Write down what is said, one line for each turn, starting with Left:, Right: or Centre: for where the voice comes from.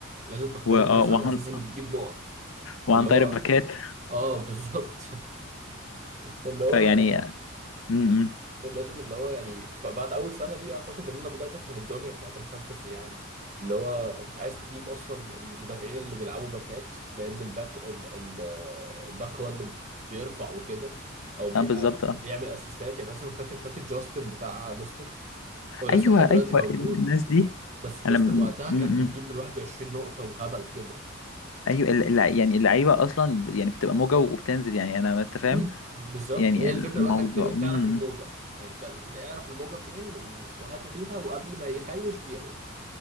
Right: لازم تختار
Left: و-
Right: الناس
Left: آه،
Right: على
Left: وعن
Right: اساس اللي بتجيب نقط
Left: وعن
Right: فاللي
Left: طريق
Right: هو
Left: الباكات
Right: اه <laughs> بالظبط فاللي هو
Left: فيعني م- م.
Right: لازم اللي هو يعني فبعد اول سنه دي اعتقد ان انا بدات افهم الدنيا بتاعت الفانتزي يعني اللي هو انت عايز تجيب اصلا المدافعين اللي بيلعبوا باكات لان الباك ال- ال- الباك هو اللي بيرفع وكده او بي-
Left: اه بالظبط اه
Right: بيعمل اسيستات يعني مثلا فاكر فاكر جاستن بتاع ليستر هو لسه
Left: ايوه
Right: لحد دلوقتي
Left: ايوه
Right: موجود
Left: الناس دي
Right: بس جاستن
Left: انا م-
Right: وقتها
Left: م-
Right: كان بيجيب
Left: م.
Right: من 21 نقطه وهبل كده
Left: ايوه ال- الل- يعني اللعيبه اصلا ب- يعني بتبقى موجه وبتنزل يعني انا ما انت فاهم
Right: امم بالظبط
Left: يعني
Right: هي الفكره
Left: الموضوع
Right: بقى انك تبقى-
Left: م-
Right: تعرف الموجه
Left: م.
Right: يعني ت- اعرف الموجه فين و- وهاته فيها وقبل ما يخيش بيعه